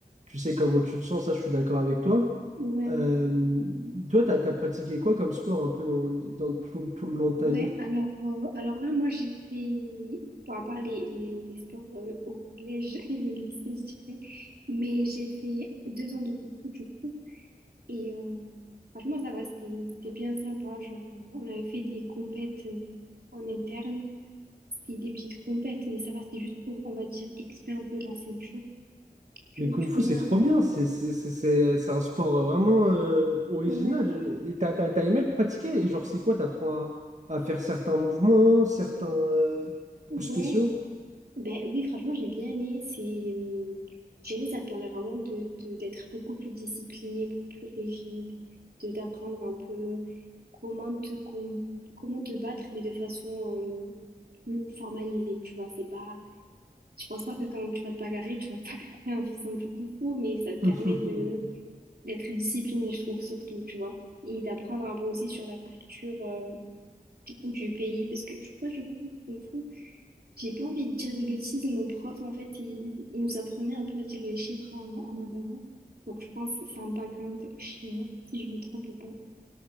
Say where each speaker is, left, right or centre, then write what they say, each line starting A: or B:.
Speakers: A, on the right; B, on the right.
A: tu sais, comment tu te sens, ça, je suis d'accord avec toi.
B: Ouais.
A: Euh, toi, t'as, t'as pratiqué quoi comme sport un peu dans, dans tout, tout le long de
B: Ouais,
A: ta vie?
B: alors, euh, alors là, moi, j'ai fait, bon, à part les, les, les sports euh, au collège <laughs> et au lycée, je dirais, mais j'ai fait deux ans de kung fu, du coup, et euh, franchement, ça va, c'était, c'était bien sympa, genre, euh, on avait fait des compètes euh, en interne, c'était des petites compètes, mais ça va, c'était juste pour, on va dire, expier un peu la ceinture, tu,
A: Le kung-fu,
B: tu connais
A: c'est
B: un
A: trop
B: peu.
A: bien, c'est c'est- c'est- c'est- c'est un sport vraiment euh, original.
B: Ouais,
A: Et t'as, t'as, t'as aimé le pratiquer, et genre, c'est quoi? T'apprends à, à faire certains mouvements, certains euh,
B: ouais,
A: coups spéciaux?
B: Ben oui, franchement, j'ai bien aimé. C'est, euh, je dirais, ça te permet vraiment de, de- d'être beaucoup plus discipliné, beaucoup plus rigide, de d'apprendre un peu comment te, com- comment te battre, mais de façon euh, plus formalisée. Tu vois, c'est pas, je pense pas que quand tu vas te bagarrer, tu vas te <laughs> bagarrer en faisant du kung fu, mais ça te permet
A: <laughs>
B: de d'être discipliné, je trouve, surtout, tu vois, et d'apprendre un peu aussi sur la culture euh, du pays, parce que je crois du coup, le kung fu. J'ai pas envie de dire de bêtises, mon prof, en fait, il, il nous apprenait un peu à dire les chiffres en, en mandarin. Donc, je pense que c'est un background chinois, si je me trompe pas.